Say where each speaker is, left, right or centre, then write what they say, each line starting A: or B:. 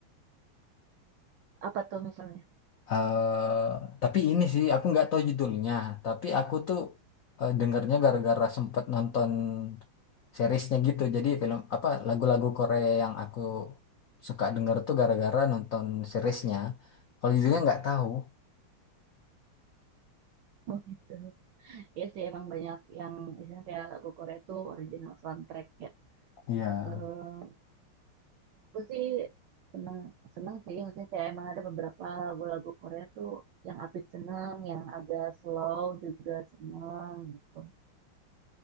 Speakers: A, on the right; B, on the left.
A: apa tuh misalnya? <laughs>
B: eh tapi ini sih aku nggak tahu judulnya. Tapi aku tuh eh, dengernya gara-gara sempet nonton seriesnya gitu. Jadi film apa lagu-lagu Korea yang aku suka denger tuh gara-gara nonton seriesnya. Kalau judulnya nggak tahu.
A: Oh gitu. Ya sih emang banyak yang misalnya kayak lagu Korea tuh original soundtrack ya.
B: Iya.
A: Eh, aku sih seneng seneng sih maksudnya kayak emang ada beberapa lagu-lagu Korea tuh yang upbeat seneng, yang agak slow juga seneng gitu.